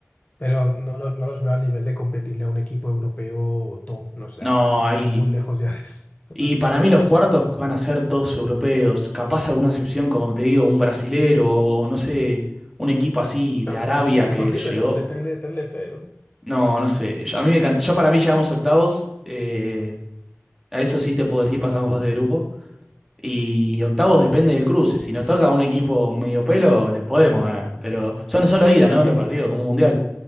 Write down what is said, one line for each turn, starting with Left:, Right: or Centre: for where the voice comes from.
Left: pero no, lo- no los veo al nivel de competirle a un equipo europeo top. No, o sea,
Centre: No,
Left: no, están
Centre: ahí.
Left: muy lejos ya de eso. <laughs>
Centre: Y para mí los cuartos van a ser todos europeos. Capaz alguna excepción, como te digo, un brasilero o no sé, un equipo así de
Left: No,
Centre: Arabia
Left: eh, incluso
Centre: que
Left: River,
Centre: llegó.
Left: hombre, tenle, tenle fe. hombre.
Centre: No, no sé. Yo- A mí me encanta. Yo para mí llegamos a octavos. eh, a eso sí te puedo decir, pasamos fase de grupo. Y octavos depende del cruce. Si nos toca un equipo medio pelo, le podemos ganar. Pero son solo ida, ¿no?
Left: <laughs>
Centre: Los partidos, como un mundial.